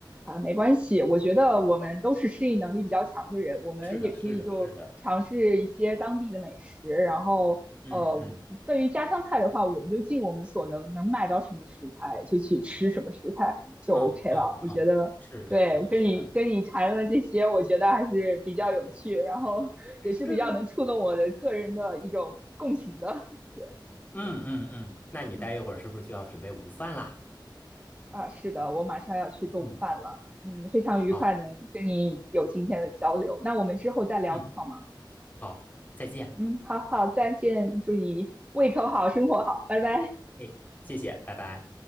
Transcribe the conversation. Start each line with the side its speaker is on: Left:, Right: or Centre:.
Right: 啊，没关系。我觉得我们都是适应能力比较强的人，我们也可以就尝试一些当地的美食。
Left: 是的，是的，是的，
Right: 然后，
Left: 嗯嗯，
Right: 呃，对于家乡菜的话，我们就尽我们所能，能买到什么食材就去吃什么食材就
Left: 嗯啊啊啊，
Right: OK 了。我觉得，
Left: 是的，
Right: 对，
Left: 是的，
Right: 我跟你跟你谈了这些，
Left: 是的，
Right: 我觉得还是比较有趣，然后也是比较能触动我的个人的一种共情的。
Left: 嗯
Right: <laughs> 对，
Left: 嗯嗯嗯，那你待一会儿是不是就要准备午饭啦？
Right: 嗯。啊，是的，我马上要去做午饭了。
Left: 嗯，
Right: 嗯，非常愉快能跟你有今天的交流。
Left: 好，
Right: 那我们之后再聊好吗？
Left: 嗯，好，再见，
Right: 嗯，好好，再见，祝你胃口好，生活好，拜拜。
Left: 哎，谢谢，拜拜。